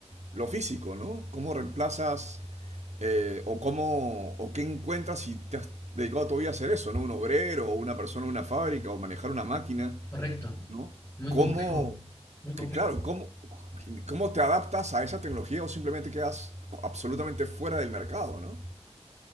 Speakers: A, on the right; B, on the left.
A: lo físico, ¿no? ¿Cómo reemplazas eh, o cómo o qué encuentras si te has dedicado todavía a hacer eso, ¿no? Un obrero o una persona en una fábrica o manejar una máquina.
B: Correcto.
A: ¿no?
B: Muy
A: ¿Cómo,
B: complejo, muy complejo.
A: que claro, cómo, cómo te adaptas a esa tecnología o simplemente quedas absolutamente fuera del mercado, ¿no?